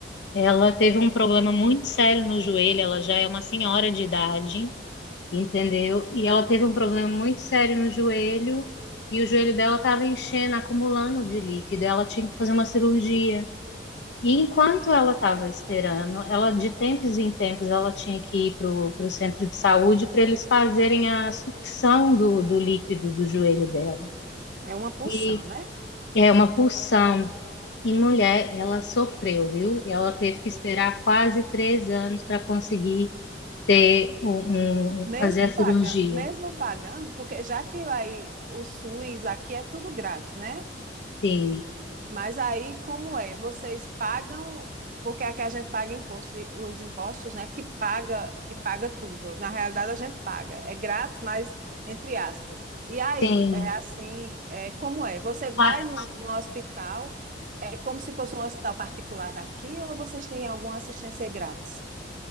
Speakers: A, on the left; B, on the right.
A: Ela teve um problema muito sério no joelho, ela já é uma senhora de idade, entendeu? E ela teve
B: sim,
A: um problema muito sério no joelho, e o joelho dela estava enchendo, acumulando de líquido, ela tinha que fazer uma cirurgia. E enquanto ela estava esperando, ela de tempos em tempos ela tinha que ir para o centro de saúde para eles fazerem a sucção do, do líquido do joelho dela.
B: é uma pulsão,
A: E
B: né?
A: é uma pulsão. E mulher, ela sofreu, viu? Ela teve que esperar quase três anos para conseguir ter um, um-
B: Mesmo
A: fazer a cirurgia.
B: paga, mesmo pagando, porque já que aí o SUS aqui é tudo grátis, né?
A: Sim,
B: Mas aí como é? Vocês pagam, porque aqui a gente paga imposto, de- os impostos, né? Que paga, que paga tudo. Na realidade a gente paga, é grátis, mas entre aspas. E aí
A: sim.
B: é assim, é como é? Você vai
A: A-
B: no, no hospital, é como se fosse um hospital particular daqui, ou vocês têm alguma assistência grátis?